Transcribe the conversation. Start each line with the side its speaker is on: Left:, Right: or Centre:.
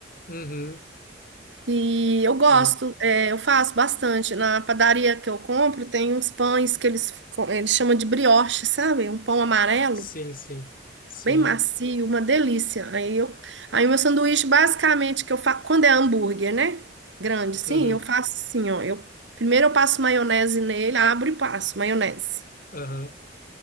Left: Uhum,
Right: E eu gosto,
Left: uhum,
Right: é, eu faço bastante. Na padaria que eu compro, tem uns pães que eles, co- eles chamam de brioche, sabe? Um pão amarelo,
Left: sim, sim, sim.
Right: bem macio, uma delícia. Aí eu, aí o meu sanduíche, basicamente, que eu faço, quando é hambúrguer, né? Grande, sim,
Left: Uhum,
Right: eu faço assim, ó. Eu, primeiro eu passo maionese nele, abro e passo maionese.
Left: aham,